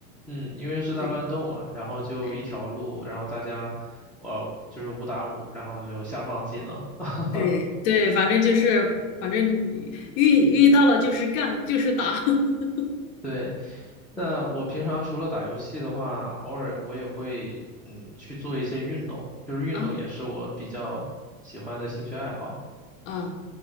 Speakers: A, in the centre; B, on the left.
A: 嗯，因为是大乱斗嘛，
B: 对
A: 然后就一条路，
B: 对
A: 然后大家，呃，就是五打五，然后就下放技能。<laughs>
B: 对对，反正就是，反正你遇遇到了就是干，就是打。<laughs>
A: 对，那我平常除了打游戏的话，偶尔我也会嗯去做一些运动，就是运动也是我比较喜欢的兴趣爱好。
B: 啊啊